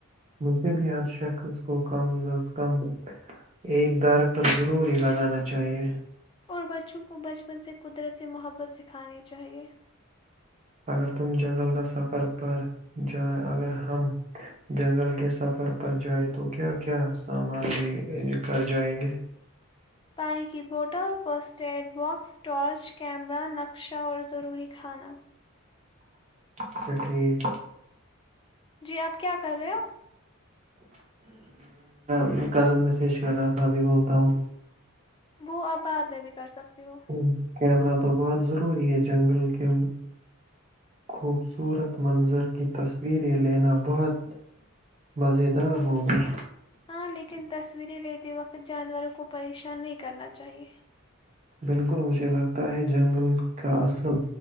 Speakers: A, on the right; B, on the left.
A: مجھے بھی ہر شخص کو کم از کم ایک دارخت ضروری لگانا چاہیے
B: اور بچوں کو بچپن سے قدرت سے محبت سکھانی چاہیئے
A: اگر تم جنگل کا سفر پر ج اگر ہم جنگل کے سفر پر جائ تو کیا کیا سامان ل کر جائیں گے
B: پانی کی bottle first aid box torch camera نقش چاور ضروری کھانا
A: اچھا ٹھیک
B: جی آپ کیا کر رہے ہو
A: میرا کزن میسیج کر رہا تھا ابھی بولتا ہوں
B: وہ اپ بعد میں بھی کر سکتے ہو
A: ہوں، کیمرہ تو بہت ضروری ہے جنگل کے خوبصورت منظر کی تصویریں لینا بہت مزیدار ہو گئے
B: ہاں لیکن تصویریں لیتے وقت جانوروں کو پریشان نہیں کرنا چاہیے
A: بالکل مجھے لگتا ہے جنگل کا اصل